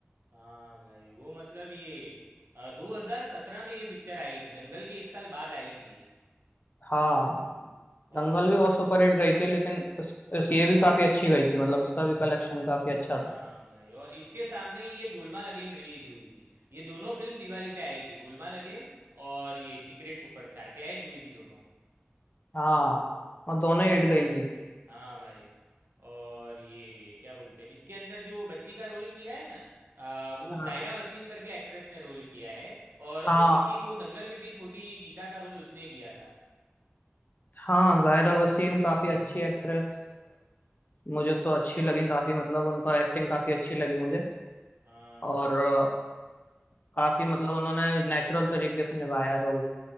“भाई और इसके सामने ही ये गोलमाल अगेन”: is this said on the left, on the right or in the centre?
Right